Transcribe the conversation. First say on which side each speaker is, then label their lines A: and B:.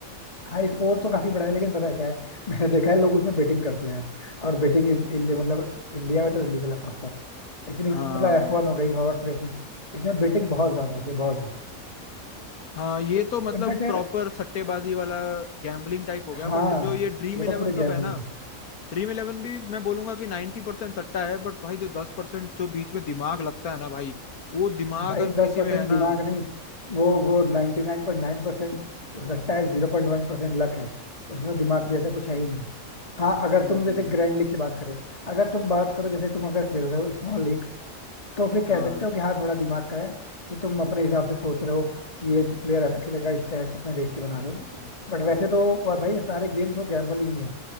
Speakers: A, on the left (about 25°); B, on the left (about 85°).
A: हाँ स्पोर्ट तो काफी बड़ा है लेकिन पता है क्या है <laughs> मैंने देखा है लोग उसमें बेटिंग करते हैं यार और बेटिंग मतलब इंडिया में तो इलीगल है प्रॉपर लेकिन
B: हाँ
A: इस मतलब एफ वन हो गई हॉर्स रेसिंग इसमें बेटिंग बहुत ज्यादा
B: हम्म।
A: होती है बहुत ज्यादा
B: हाँ ये तो मतलब
A: इनफैक्ट यार
B: प्रॉपर सट्टेबाजी वाला गैम्बलिंग टाइप हो
A: हाँ
B: गया बट जो ये ड्रीम
A: ये
B: इलेवन
A: तो पूरे
B: सब
A: गैम्बलिंग
B: है ना
A: है
B: ड्रीम इलेवन भी मैं बोलूंगा कि नाइन्टी परसेंट सट्टा है बट भाई जो दस परसेंट जो बीच में दिमाग लगता है ना भाई वो दिमाग
A: भाई
B: अगर
A: दस
B: किसी
A: परसेंट
B: में है ना
A: दिमाग नहीं वो वो 99.9% हो सकता है 0.1% लक है उसमें दिमाग जैसा कुछ है ही नहीं हाँ अगर
B: हम्म
A: तुम जैसे ग्रैंड लीग की बात करें अगर तुम बात करो जैसे तुम अगर खेल रहे हो स्मॉल लीग्स तो फिर कह
B: हाँ
A: सकते हो कि हाँ थोड़ा दिमाग का है कि तुम अपने हिसाब से सोच रहे हो कि ये प्लेयर ऐसा खेलेगा स्टैट्स अपने देख के बना
B: हम्म,
A: रहे हो बट वैसे तो वो भाई ये सारे गेम्स वो गैम्बलिंग ही है